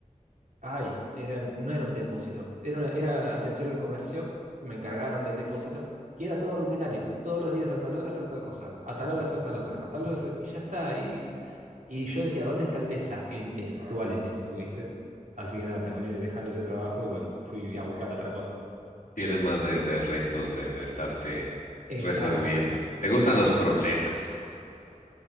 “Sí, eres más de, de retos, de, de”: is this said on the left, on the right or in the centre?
Left